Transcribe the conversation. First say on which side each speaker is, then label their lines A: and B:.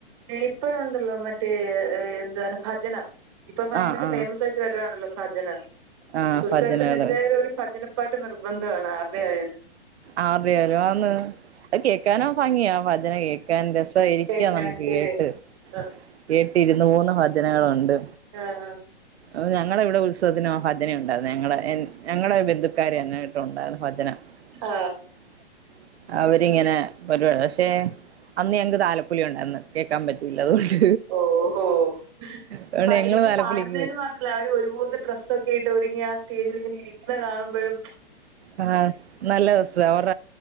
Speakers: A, on the right; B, on the right.
A: തേപ്പഴണ്ടല്ലോ മറ്റേ എന്താണ് ഭജനം ഇപ്പൊ ഭയങ്കരായിട്ട്
B: ആഹ് ആഹ്
A: ഫേമസായി വരുവാണല്ലോ ഭജനം
B: ആഹ്
A: ഉത്സവത്തിന്
B: ഭജനകള്
A: എന്തേലൊരു ഭജനപ്പാട്ട് നിർബന്ധമാണ് ആരുടെ ആയാലും
B: ആ <unintelligible> അത് കേക്കാനോ ഭംഗിയാ ഭജന കേൾക്കാൻ രസമായിരിക്കാം
A: കേക്കാൻ
B: നമ്മക്ക്
A: ശരി
B: കേട്ട്
A: ആഹ്
B: കേട്ട് ഇരുന്ന് പോവുന്ന ഭജനകളുണ്ട്
A: അ ആ
B: അപ്പൊ ഞങ്ങളെ ഇവിടെ ഉത്സവത്തിന് ഭജന ണ്ടായിര്ന്നു ഞങ്ങടെ എൻ ഞങ്ങടെ ബന്ധുക്കാര് ന്നൊയിട്ട് ണ്ടായിര്ന്നു ഭജന
A: ആ
B: <inaudible> അവരിങ്ങനെ പരിപ പക്ഷെ അന്ന് ഞങ്ങക്ക് താലപ്പൊലി ഉണ്ടായിന്ന് കേൾക്കാൻ പറ്റില്ല അതുകൊണ്ട്
A: ഓഹോ അപ്പൊ
B: അതുകൊണ്ട്
A: ഭജനക്ക്
B: ഞങ്ങള് താലപ്പൊലിക്ക്
A: പാടുന്നതിന്
B: പോയി
A: മാ അവര് ഒരുപോലത്തെ ഡ്രസ്സൊക്കെ ഇട്ട് ഒരുങ്ങി ആ സ്റ്റേജിൽ ഇങ്ങിനിരിക്ക്ന്നെ കാണുമ്പഴും
B: ആ നല്ല രസാ ഒറ